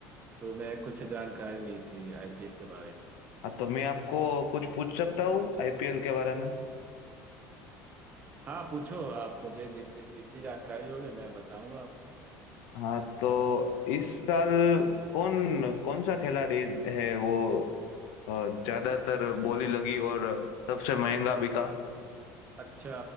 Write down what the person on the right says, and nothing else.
तो मैं कुछ जानकारी ली थी आईपीएल के बारे में
हाँ पूछो आप मुझे जित- जितनी जानकारी होगी मैं बताऊंगा आपको
अच्छा